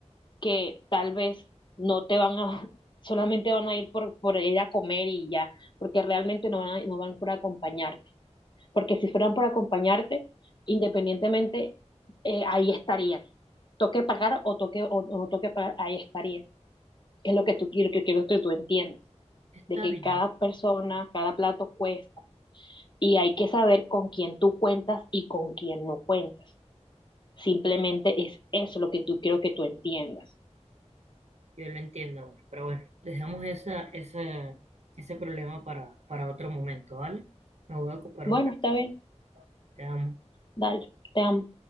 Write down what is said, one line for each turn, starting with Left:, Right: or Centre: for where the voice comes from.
Left: que tal vez no te van a, <laughs> solamente van a ir por, por ir a comer y ya, porque realmente no van a- no van por acompañar porque si fueran por acompañarte, independientemente, eh, ahí estarías. Toque pagar o, toque, o, o no toque pagar, ahí estarías. Es lo que tú quiero que quiero que tú entiendas,
Right: está
Left: de que
Right: bien,
Left: cada persona, cada plato cuesta y hay que saber con quién tú cuentas y con quién no cuentas. Simplemente es eso lo que tú quiero que tú entiendas.
Right: yo lo entiendo amor, pero bueno, dejamos esa, esa, ese problema para, para otro momento, ¿vale? Me voy a ocupar
Left: Bueno,
Right: un rato,
Left: está bien,
Right: te amo.
Left: dale, te amo.